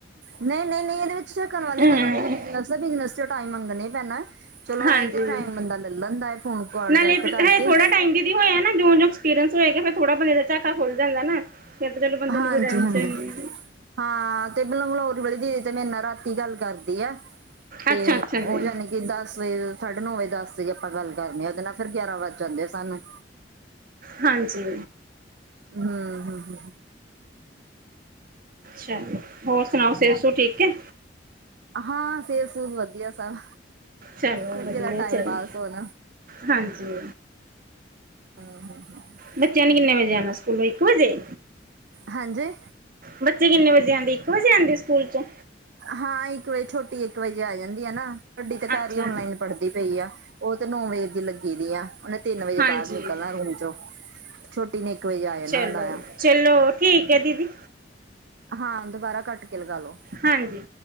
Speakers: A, on the right (about 65°); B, on the right (about 50°).
A: ਨਹੀਂ, ਨਹੀਂ, ਨਹੀਂ ਇਹਦੇ ਵਿੱਚ ਝਕਣ ਵਾਲੀ
B: ਹੂੰ
A: ਕਹਿੰਦੇ ਚ ਉਹਦੇ ਬਿਜਨਸ ਬਿਜਨਸ ਚ ਟਾਈਮ ਮੰਗਣਾ ਹੀ ਪੈਣਾ, ਚਲੋ
B: ਹਾਂਜੀ।
A: ਇਹ ਕਿ ਟਾਈਮ ਬੰਦਾ ਲੈ ਲੈਂਦਾ ਫੋਨ। ਕਾਲ
B: ਨਾਲੇ
A: ਡਾਇਰੈਕਟ ਕਰਕੇ
B: ਹੇ ਥੋੜਾ ਟਾਈਮ ਦੀ ਹੋਇਆ ਨਾ, ਜੋਂ -ਜੋਂ ਐਕਪੀਰੀਅਸ ਹੋਏਗਾ, ਫਿਰ ਥੋੜਾ ਬੰਦੇ ਦਾ ਝਾਕਾ ਖੁੱਲ ਜਾਂਦਾ ਨਾ। ਫੇਰ ਤਾਂ ਚਲੋ ਬੰਦੇ
A: ਹਾਂਜੀ
B: ਨੂੰ ਕੋਈ ਟੈਂਸ਼ਨ
A: ਹਾਂਜੀ
B: ਨੀ।
A: ਹਾਂ ਤੇ ਬੰਗਲੌਰ ਵਾਲੀ ਦੀਦੀ ਤੇ ਮੇਰੇ ਨਾਲ ਰਾਤੀ ਗੱਲ ਕਰਦੀ ਆ। ਤੇ
B: ਅੱਛਾ-ਅੱਛਾ ਜੀ
A: ਉਹ ਯਾਨੀ ਕਿ ਦਸ ਵਜੇ ਸਾਢੇ ਨੌ ਵਜੇ ਦਸ ਦੇ ਜੇ ਆਪਾਂ ਗੱਲ ਕਰਨੀ ਆ ਉਹਦੇ ਨਾਲ, ਫ਼ਿਰ ਗਿਆਰਾਂ ਵੱਜ ਜਾਂਦੇ ਸਾਨੂੰ।
B: ਹਾਂਜੀ।
A: ਹੂੰ, ਹੂੰ, ਹੂੰ
B: ਚਲੋ, ਹੋਰ ਸੁਣਾਓ, ਸੇਤ- ਸੁਤ ਸੁਹਤ ਠੀਕ ਏ?
A: ਹਾਂ ਸੇਤ -ਸੂਤ ਵਧੀਆ ਸਭ,
B: ਚਲੋ
A: ਲੱਗੇ
B: ਵਧੀਆ
A: ਦਾ ਟਾਈਮ
B: ਚਲੋ
A: ਪਾਸ ਹੋਣ।
B: ਹਾਂਜੀ।
A: <inaudible>
B: ਬੱਚਿਆਂ ਨੇ ਕਿੰਨੇ ਵਜੇ ਆਣਾ ਸਕੂਲੋਂ ਇੱਕ ਵਜੇ
A: ਹਾਂਜੀ
B: ਬੱਚੇ ਕਿੰਨੇ ਵਜੇ ਆਂਦੇ ਇੱਕ ਵਜੇ ਆਂਦੇ ਸਕੂਲ ਚੋਂ
A: ਹਾਂ ਇੱਕ ਵਜੇ ਛੋਟੀ ਇੱਕ ਵਜੇ ਆ ਜਾਂਦੀ ਆ ਨਾ। ਤੇ ਵੱਡੀ ਤਾਂ ਘਰ
B: ਅੱਛਾ
A: ਹੀ ਔਨਲਾਈਨ ਪੜ੍ਹਦੀ ਪਈ ਆ। ਉਹ ਤੇ ਨੌ ਵਜੇ ਦੀ ਲੱਗੀ ਦੀ ਆ ਉਹਨੇ ਤਿੰਨ ਵਜੇ
B: ਹਾਂਜੀ
A: ਬਾਹਰ ਨਿਕਲਣਾ ਰੂਮ ਚੋਂ ਛੋਟੀ ਨੇ ਇੱਕ ਵਜੇ ਆ
B: ਚਲੋ-ਚਲੋ
A: ਜਾਣਾ ਹੁੰਦਾ ਆ
B: ਠੀਕ ਐ ਦੀਦੀ
A: ਹਾਂ ਦੁਬਾਰਾ ਕੱਟ ਕੇ ਲਗਾ ਲੋ।
B: ਹਾਂਜੀ